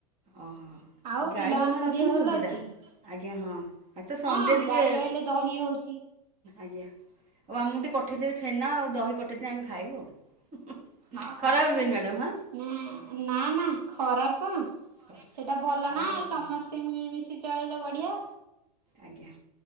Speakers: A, on the right; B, on the right.
A: ଓହୋ।
B: ଆଉ
A: ଗାଈ
B: ପିଲାମାନଙ୍କ
A: ଯୋଉମାନେ ରଖିଛନ୍ତି
B: ଦେହ ଭଲ
A: ସୁବିଧା
B: ଅଛି
A: ଆଜ୍ଞା ହଁ ଆଜି ତ ସଣ୍ଡେ
B: ହଁ
A: ଟିକେ
B: ଗାଈ ରହିଲେ ଦହି ହଉଚି।
A: ଆଜ୍ଞା। ଓ ଆମୁକୁ ଟିକେ ପଠେଇଦେଇ ଛେନା ଆଉ ଦହି ପଟେଇଦେ ଆମେ ଖାଇବୁ ଆଉ।
B: ହଁ ହଉ
A: ଖରାପ ଭାବିବେନି
B: ଆଉ
A: ମ୍ୟାଡ଼ାମ୍
B: ନ ନା ନା ଖରାପ କଣ
A: ହଁ।
B: ସେଇଟା ଭଲ
A: ଆଉ
B: ନା
A: ଓକେ
B: ସମସ୍ତେ
A: ମ୍ୟାମ୍
B: ମିଳିମିଶି ଚଳେଇଲେ ବଢ ଡିଆ
A: ଆଜ୍ଞା।